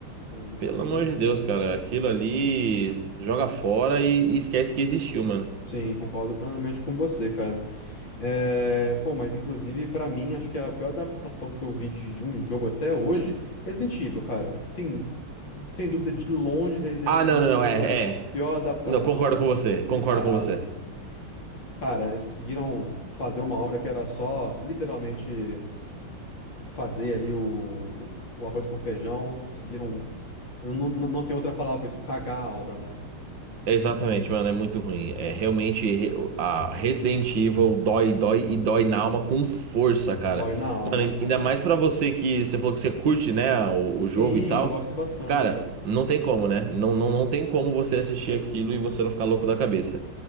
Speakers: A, on the left (about 60°); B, on the right (about 60°).
A: Aquilo ali foi
B: Pelo
A: ruim.
B: amor de Deus, cara, aquilo ali joga fora e, e esquece que existiu, mano.
A: Sim, concordo plenamente com você, cara. É, Pô, mas inclusive, pra mim, acho que a pior adaptação que eu vi de, de um jogo até hoje, Resident Evil, cara. Sim, sem dúvida, de longe, Resident
B: Ah, não,
A: Evil
B: não, não, é,
A: é a
B: é.
A: pior adaptação
B: Não, concordo com você,
A: disparada,
B: concordo com você.
A: assim. Cara, eles conseguiram fazer uma obra que era só, literalmente, fazer ali o, o, o arroz com feijão, conseguiram. Não, não, não tem outra palavra pra isso, cagar a obra, né?
B: Exatamente, mano, é muito ruim. É realmente re- a Resident Evil dói, dói e dói na alma com força, cara.
A: Dói na alma,
B: Mano,
A: cara.
B: ainda mais pra você que você falou que você curte, né, o, o
A: Sim,
B: jogo e tal.
A: eu gosto bastante,
B: Cara,
A: cara.
B: não tem como, né? Não, não, não tem como você assistir aquilo e você não ficar louco da cabeça.